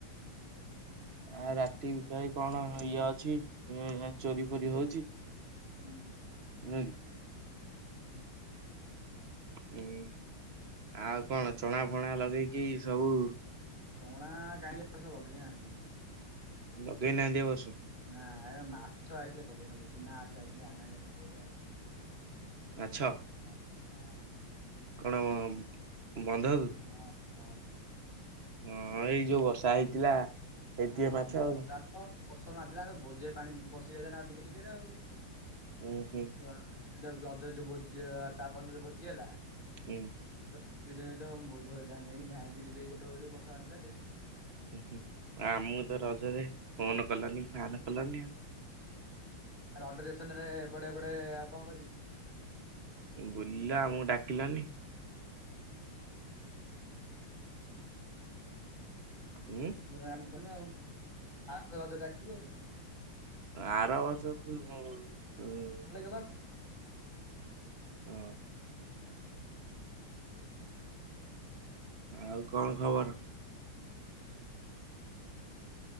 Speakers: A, on the right; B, on the left.
A: ଆ ରାତି
B: ସେଇ
A: ବିକାଳି
B: କଥା।
A: କଣ ଇଏ ଅଛି ଚୋରି ଫୋରି ହଉଚି।
B: ହୁଁ।
A: ନୁହଁ କି?
B: ହୁଁ।
A: ହୁଁ ଆଉ କଣ ଚଣା ଫଣା ଲଗେଇକି ସବୁ
B: ଚଣା କାହିଁକି ଏ ବର୍ଷ ଲଗେଇନାହାନ୍ତି।
A: ଲଗେଇ ନାହାନ୍ତି ଏ ବର୍ଷ?
B: ନା ମାଛ ଆଇଥିଲେ ପକେଇ ଥାନ୍ତୁ ଚୂନା ମାଛ ଯାଇଥିଲେ ଆନା ହେଇକା ପକେଇ ତ।
A: ମାଛ
B: ହଁ ହଁ।
A: କଣ
B: ବହତ ହେଇ ଯାଉଛନ୍ତି
A: ବନ୍ଧକୁ?
B: ହଁ ହଁ।
A: ହଁ ଏଇ ଯୋଉ ବର୍ଷା ହେଇଥିଲା। ହେଇଥିବେ
B: ହଁ
A: ମାଛ
B: ବର୍ଷା
A: ଆଉ।
B: ତ ବର୍ଷା ନାଧିଲା ଆମ ଭୋଜିରେ ପାଣି ପଶି ଯାଇଥାନ୍ତା ଆଉ ଟିକେ ଟିକେରେ ଆଉ।
A: ଉଁ ହୁଁ।
B: <unintelligible> ରଜ ଯୋଉ ଭୋଜି ଚାର ପନ୍ଦର ଯୋଉ ଭୋଜି ହେଲା।
A: ହୁଁ
B: କିଛିିନରେ ତ ବହୁ ଧ ଧାନକିନା କୋଠେ ବସା ଆଣିିଲଥିଲା ଯେ।
A: ଉ ହୁଁ ଆମକୁ ତ ରଜରେ ଫୋନ କଲନି କି ଫାନ କଲଣି ଆଉ।
B: ଆ ଅଡର ରେସନ ରେ ଏପଟେ ଏପଟେ ଆଉ କଣ କରିବୁ।
A: ବୁଲିଲା ଆମକୁ ଡାକିଲାନି? ହୁଁ
B: ଆମ କନୁ ଆଉ ଆ ରଜ ଡାକିବୁ ଆଉ।
A: ଆର ବର୍ଷ କୁ <unintelligible>
B: ଭଲ ଲାଗେ ବା।
A: ହଁ। ଆଉ କଣ ଖବର?